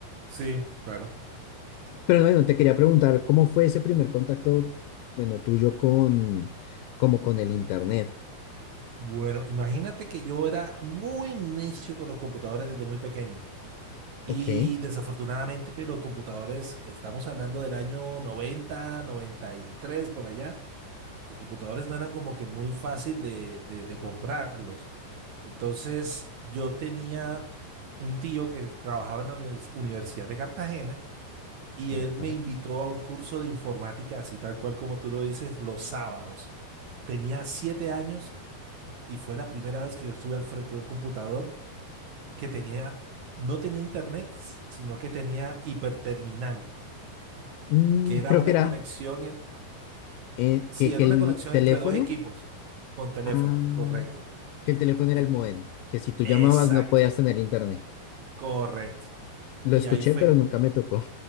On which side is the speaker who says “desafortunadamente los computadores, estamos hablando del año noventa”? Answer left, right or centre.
Right